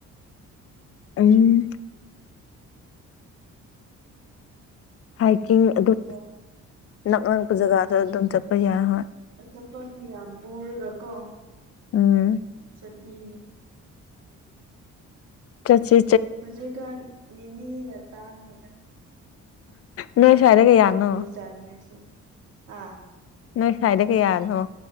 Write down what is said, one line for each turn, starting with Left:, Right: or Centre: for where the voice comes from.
Left: ꯎꯝ ꯍꯥꯏꯀꯤꯡ
Right: ꯎꯁꯣꯏꯒꯨꯝꯕꯀꯣ
Left: ꯑꯗꯨꯝ ꯅꯛ ꯅꯛꯄ ꯖꯒꯥꯗ ꯑꯗꯨꯝ ꯆꯠꯄ ꯌꯥꯏ ꯍꯣꯏ
Right: ꯑ ꯆꯄꯅꯦ ꯌꯥꯝ ꯄꯨꯔꯒ ꯀꯣ
Left: ꯎꯝ
Right: ꯆꯠꯅꯤꯡꯉ
Left: ꯀꯆ
Right: ꯍꯧꯖꯤꯛꯀꯥꯟ ꯃꯤꯃꯤꯅ ꯇꯥꯡꯉꯗ
Left: ꯅꯣꯏ ꯁ꯭ꯋꯥꯏꯗ ꯀꯩꯌꯥꯅꯣ
Right: ꯆꯥꯅꯤꯡꯉꯥꯏꯁꯨ ꯑꯥ
Left: ꯅꯣꯏ ꯁꯥꯏꯗ ꯀꯩꯌꯥꯅꯣ